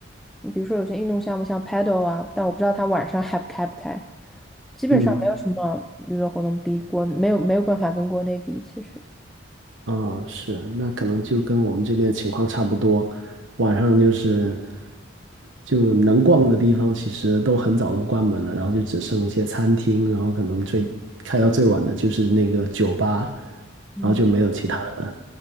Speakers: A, in the centre; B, on the right.
A: 比如说有些运动项目像 paddle 啊，但我不知道它晚上还开不开。基本上没有什么娱乐活动比国，
B: 嗯，
A: 没有没有办法跟国内比，其实，
B: 嗯，是，那可能就跟我们这边情况差不多。晚上就是就能逛的地方，其实都很早都关门了，然后就只剩一些餐厅，然后可能最开到最晚的就是那个酒吧，
A: 嗯，
B: 然后就没有其他的了。